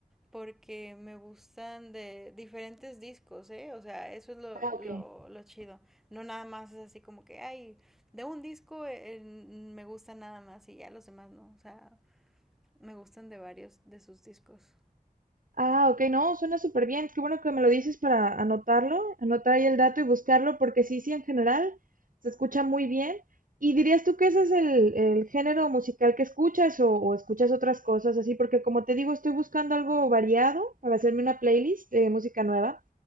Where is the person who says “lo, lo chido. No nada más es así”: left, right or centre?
Centre